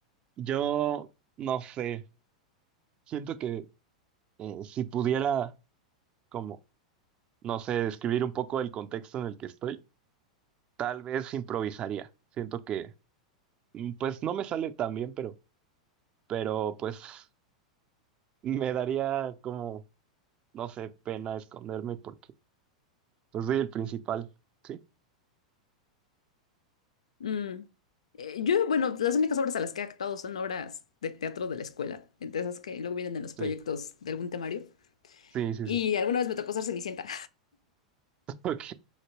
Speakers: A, on the right; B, on the left.
A: Yo no sé, siento que eh, si pudiera como no sé, describir un poco el contexto en el que estoy, tal vez improvisaría. Siento que, mm, pues no me sale tan bien, pero, pero pues <laughs> me daría como, no sé, pena esconderme porque pues soy el principal. Sí,
B: Mm. Eh, yo, bueno, las únicas obras a las que he actuado son obras de teatro de la escuela, entre esas que luego vienen en los
A: sí,
B: proyectos de algún temario.
A: sí, sí,
B: Y
A: sí.
B: alguna vez me tocó ser Cenicienta,
A: <laughs> Ok,